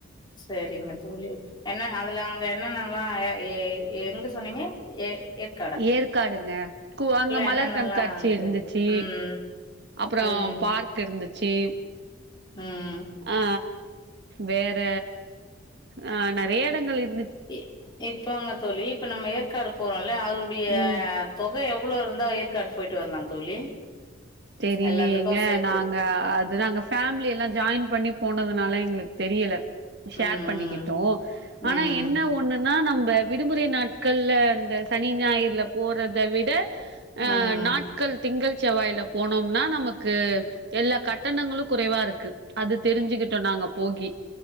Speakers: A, on the left (about 20°); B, on the right (about 55°).
A: செரிங்க தோழி என்ன அதுல அங்க என்னன்னலா எ எங்க சொன்னீங்க எ ஏற்
B: ஏற்காடுங்க கு அங்க மலர்
A: என்னென்னல்லா
B: கண்காட்சி
A: இருந்தது
B: இருந்துச்சி
A: ம்
B: அப்றோ
A: ம்
B: பார்க் இருந்துச்சி
A: ம்
B: ஆ வேற ஆ நெறைய எடங்கள் இரு
A: இ இப்போங்க தோழி இப்ப நம்ம ஏற்காடு போறோல்ல அதனுடைய
B: ம்
A: தொக எவ்ளோ இருந்தா ஏற்காடு போயிட்டு வரலா தோழி
B: தெரிலியேங்க
A: எல்லாத்துக்கு சேத்து
B: நாங்க அது நாங்க ஃபேமிலியெல்லா ஜாயின் பண்ணி போனதுனால எங்களுக்கு தெரியல ஷேர்
A: ம்
B: பண்ணிக்கிட்டோ
A: ம்
B: ஆனா என்ன ஒன் ஒண்ணுன்னா நம்ம விடுமுறை நாட்கள்ல இந்த சனி ஞாயிறுல்ல போறத விட
A: ம்
B: ஆ
A: ம்
B: நாட்கள் திங்கள் செவ்வாயில போனோனா நமக் கு எல்லா கட்டணங்களு குறைவா இருக்கு அது தெரிஞ்சுக்கிட்டோ நாங்க போகி